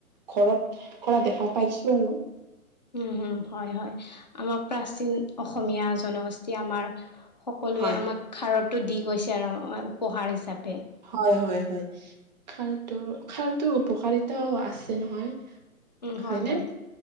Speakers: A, on the right; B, on the left.
A: ঘৰত কৰা দেখা পাইছোঁ আৰু
B: উম হম হয় হয় আমাক প্ৰাচীন অসমীয়া জনগোষ্ঠী আমাৰ সকলোৱে
A: হয়
B: আমাক খাৰতো দি গৈছে আৰু আমাৰ উপহাৰ হিচাপে
A: হয় হয় হয় খাৰটো খাৰটোৰ উপকাৰিতাও আছে নহয়।
B: উম হয়
A: হয়নে?
B: হয়